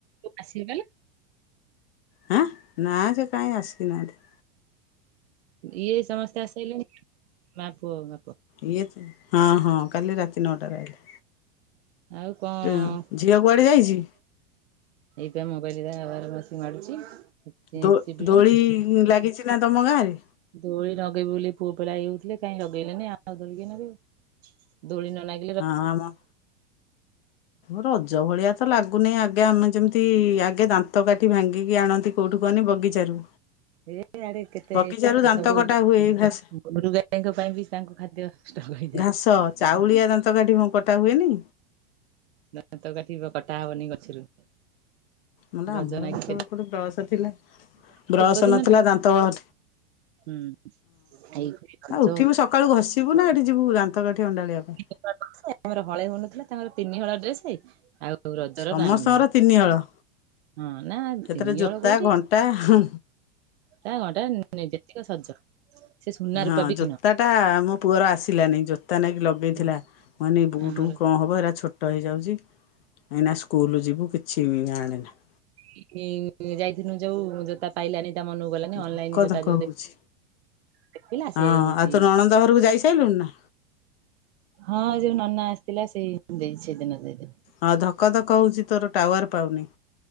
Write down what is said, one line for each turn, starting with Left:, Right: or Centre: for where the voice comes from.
Right: ଆସିଲା ଲେ
Left: ହଁ ନା ସେ କାହିଁ ଆସିନାହାଁନ୍ତି।
Right: ଇଏ ସମସ୍ତେ ଆସି ସାଇଲେଣିି, ମା ପୁଅ ଯାକ।
Left: ଇଏ ହଁ ହଁ, କାଲି ରାତି ନଅଟାରେ ଆଇଲେ।
Right: ଆଉ କଣ
Left: ତୋ ଝିଅ କୁଆଡେ ଯାଇଛି?
Right: ଏଇ ବା ମୋବାଇଲ ତା ବାବାର ବସି ମାଡୁଛି।
Left: ଦୋ-ଦୋଳି
Right: ଚିଡୁଛନ୍ତି
Left: ଲାଗିଛି ନା ତମ ଗାଁରେ?
Right: ଦୋଳି ନଗେଇବେ ବୋଲି ପୁଅ ପିଲା ଇଏ ହଉଥିଲେ କାହିଁ ଲଗେଇଲେନି, ଆଉ ଦୋଳି କିଏ ନଗେଇବେ। ଦୋଳି ନ ନାଗି
Left: ହଁ ଆମ ରଜ ଭଳିଆ ତ ଲାଗୁନି ଆଗେ ଆମେ ଯେମିତି ଆଗେ ଦାନ୍ତ କାଟି କାଠି ଭାଙ୍ଗିକି ଆଣନ୍ତି କୋଉଠୁ କୁହନି ବଗିଚାରୁ।
Right: ଏ ଆଡେ କେତେ
Left: ବଗିଚାରୁ ଦାନ୍ତ
Right: ସବୁ
Left: କଟା ହୁଏ ଘାସ
Right: ଗୋରୁଗାଈଙ୍କ ପାଇଁ ବି ତାଙ୍କ ଖାଦ୍ୟ ଦ୍ୟ ଷ୍ଟକ୍ ହେଇ
Left: ଘାସ, ଚାଉଳିଆ ଦାନ୍ତକାଠି ମୁଁ କଟା ହୁଏନି?
Right: ଦାନ୍ତ କାଠି କଟା ହବନି ଗଛରୁ।
Left: ମଲା
Right: ରଜ
Left: ଆମର
Right: ନାଗି
Left: ସେତେବେଳେ କୋଉଠି ବ୍ରସ ଥିଲା,
Right: ପୂର୍ବ
Left: ବ୍ରସ
Right: ଦିନ
Left: ନଥିଲା ଦାନ୍ତ ବଳ
Right: ହୁଁ ଏଇ କରଜ
Left: ଉଠିବୁ ସକାଳୁ ଘଷିବୁ ନା ଏଠି ଯିବୁ ଦାନ୍ତକାଠି ଅଣ୍ଡାଳିିବା ପାଇଁ।
Right: <unintelligible> ଆମର ହଳେ ହଉ ନଥିଲା, ତାଙ୍କର ତିନି ହଳ ଡ୍ରେସ। ଆଉ ରଜର
Left: ସମସ୍ତଙ୍କର
Right: ନାଁ ଗନ୍ଧ ନାହିଁ।
Left: ତିନି ହଳ।
Right: ହଁ ନା ନାଇଁ
Left: ସେଥିରେ
Right: ତିନି
Left: ଜୋତା
Right: ହଳ କୋଉଠି?
Left: ଘଣ୍ଟା ହଁ
Right: ତା <unintelligible> ଯେତିକ ସଜ। ସେ ସୁନା
Left: ହଁ
Right: ରୂପା ବି
Left: ଜୋତାଟା
Right: କିଣ
Left: ମୋ ପୁଅର ଆସିଲାନି ଜୋତା ନେଇକି ଲଗ ଗେଇଥିଲା
Right: ହୁଁ
Left: କହନି, ବୁଟୁ
Right: ଆମର
Left: କଣ ହବ ଏଇରା ଛୋଟ ହେଇଯାଉଛି। ଏଇନା ସ୍କୁଲ ଯିବୁ କିଛି ବି ଆଣେନା।
Right: <inaudible> ଯାଇଥିନୁ ଯୋଉ ଜୋତା ପାଇଲାନି ତା ମନକୁ। ଗଲାନି
Left: ଧକଧକ
Right: ଅନଲାଇନ ଜୋତା ଯୋଉ
Left: ହଉଛି।
Right: ଦେଖିଲା ସେ
Left: ହଁ
Right: ହଉଛି
Left: ଆଉ ତୋ ନଣନ୍ଦ ଘରକୁ ଯାଇ ସାଇଲୁଣୁ ନା?
Right: ହଁ ଯୋଉ ନନା ଆସିଥିଲା ସେଇ ଦେଇ ସେଦିନ ଦେଇଦେଲି।
Left: ହଁ ଧକଧକ ହଉଛି ତୋର ଟାୱାର ପାଉନି।